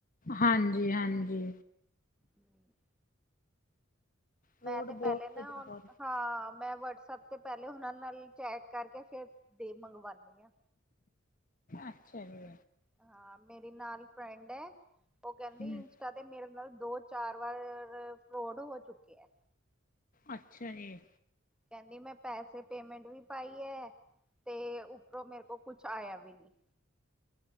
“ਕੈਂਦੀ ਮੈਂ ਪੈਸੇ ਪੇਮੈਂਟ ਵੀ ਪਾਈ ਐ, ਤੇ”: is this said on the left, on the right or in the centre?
Centre